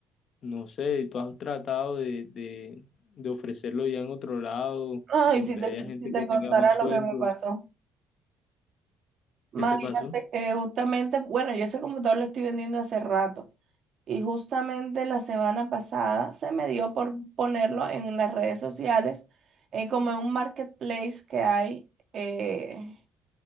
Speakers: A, on the left (about 50°); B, on the right (about 45°).
A: No sé, tú has tratado de, de, de ofrecerlo ya en otro lado,
B: No,
A: donde
B: y si te,
A: haya
B: si
A: gente
B: te
A: que
B: contara
A: tenga más
B: lo
A: sueldos.
B: que me pasó. Imagínate
A: ¿Qué te pasó?
B: que justamente, bueno, yo ese computador lo estoy vendiendo hace rato. Y justamente la semana pasada se me dio por ponerlo en las redes sociales, eh, como en un marketplace que hay eh,